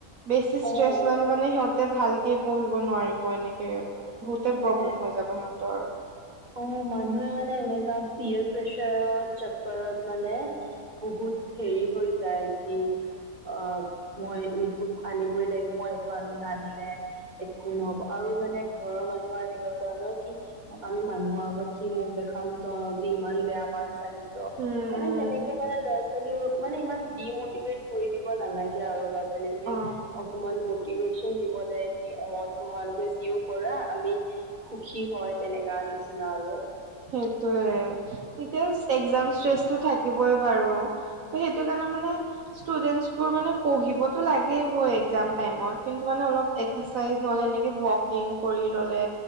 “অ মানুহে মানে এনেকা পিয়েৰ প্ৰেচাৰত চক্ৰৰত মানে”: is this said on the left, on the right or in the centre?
Right